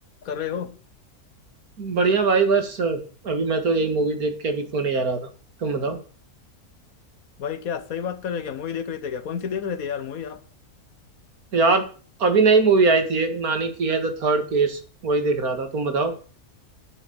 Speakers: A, on the left; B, on the right.
A: कर रहे हो
B: बढ़िया भाई बस अभी मैं तो यही मूवी देख के अभी सोने जा रहा था तुम बताओ
A: भाई क्या सही बात कर रहे हो क्या मूवी देख रहे थे क्या कौन सी देख रहे थे यार मूवी आप
B: यार अभी नई मूवी आई थी एक नानी की है द थर्ड केस वही देख रहा था तुम बताओ